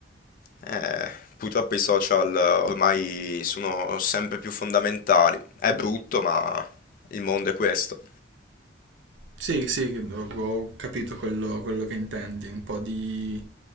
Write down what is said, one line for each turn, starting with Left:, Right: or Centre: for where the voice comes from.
Left: Eh, purtroppo i social ormai sono sempre più fondamentali. È brutto, ma il mondo è questo.
Right: Sì, sì, ho ho capito quello, quello che intendi, un po' di,